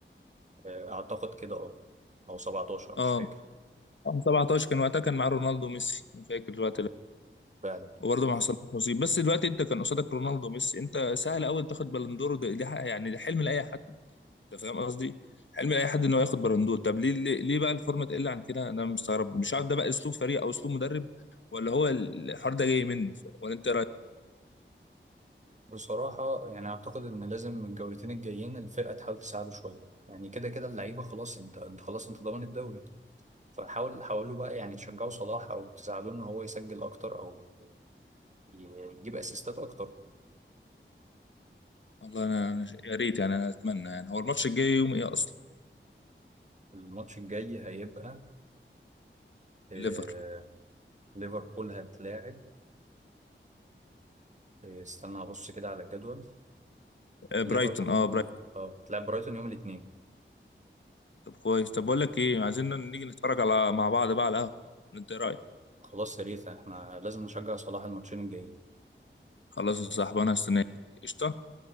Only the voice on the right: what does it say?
آه، اعتقد كده اه او 17 مش
فاكر
فعلا
بصراحه يعني اعتقد ان لازم الجولتين الجايين الفرقه تحاول تساعده شويه يعني كده كده اللعيبه خلاص انت انت خلاص انت ضامن الدوري فحاول حاولوا بقى يعني تشجعوا صلاح او تساعدوه ان هو يسجل اكتر او ي- يجيب اسيستات اكتر
الماتش الجاي هيبقى آه،
ليفربول هتلاعب إيه، استنى هبص كده على الجدول
ليفربول
اه بتلعب برايتون يوم الاثنين
خلاص يا ريت احنا لازم نشجع صلاح الماتشين الجايين